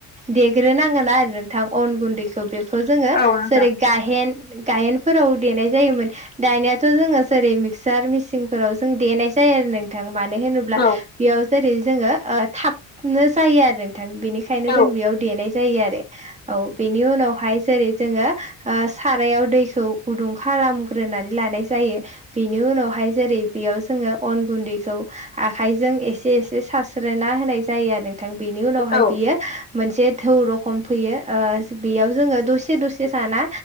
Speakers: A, on the right; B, on the left.
A: देग्रो नांगोना आरो नोंथां अन गुन्दैखौ बे खौ जोङो
B: औ नोंथां
A: जेरै गायेन गायेनफोराव देनाय जायोमोन। दानियाथ' जोङो जेरै मिक्सार मेसिनफोराव जों देनाय जायो आरो नोंथां मानो होनोब्ला
B: औ
A: बेयाव जेरै जोङो ओ थाबनो जायो आरो नोंथां बेनिखा यनो
B: औ
A: जों बेयाव देनाय जायो आरो औ बेनि उनावहाय जेरै जोङो ओ सारायाव दैखौ गुदुं खालामग्रोनानै लानाय जायो। बेनि उनावहाय जेरै बेयाव जोङो अन गुन्दैखौ आखाइजों एसे एसे सास्रोना होनाय जायो आरो नोंथां बेनि उनावहाय
B: औ
A: बियो मोनसे थौ रखम फैयो ओ बेयाव जोङो दसे दसे साना